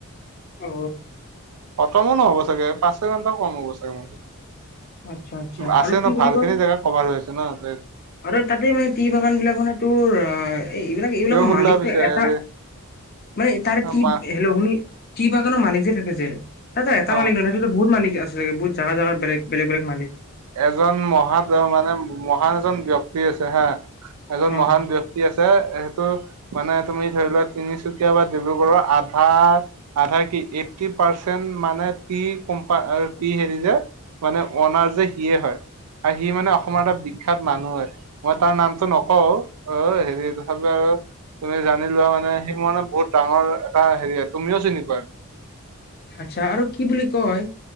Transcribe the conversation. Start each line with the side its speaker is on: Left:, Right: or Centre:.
Left: অ
Right: <unintelligible> নহ'ব চাগে পাঁচ ছয় ঘণ্টাও কম হ'ব চাগে ম
Left: আচ্ছা আচ্ছা
Right: আছে
Left: আৰু কি
Right: ন
Left: বুলি
Right: ভাল
Left: কয়
Right: খিনি জেগা কভাৰ হৈ আছে ন ত
Left: আৰু তাতেই মানে টি বাগান বিলাক মানে তোৰ অ এই এইবিলাক এইবিলাকৰ
Right: কিয় শুলা
Left: মালিক
Right: পিছে
Left: এটা
Right: হেৰি
Left: মানে তাৰ কি
Right: মা
Left: হল শুনি কিবা কানো মালিক যে থাকে যে ততো এটা মালিক
Right: অ
Left: নহয় তত বহুত মালিক আছেগে বহুত জাগা জাগাত বেলেগ বেলেগ বেলেগ মালিক
Right: এজন মহা তাৰ মানে মহ মহান এজন ব্যক্তি আছে হা এজন
Left: অ
Right: মহান ব্যক্তি আছে সেইটো মানে তুমি ধৰি লোৱা তিনিচুকীয়া বা ডিব্ৰুগড়ৰ আধা আধা কি এট্টি পাৰ্চেন্ট মানে টি কম্পা টি হেৰি যে মানে অনাৰ যে সিয়ে হয় আৰু সি মানে অসমৰ এটা বিখ্যাত মানুহ হয় মই তাৰ নামটো নকওঁ। অ হেৰি তথাপি আৰু তুমি জানি লোৱা মানে সি মোৰ মানে বহুত ডাঙৰ এটা হেৰি তুমিও চিনি পুৱা
Left: আচ্ছা আৰু কি বুলি কয়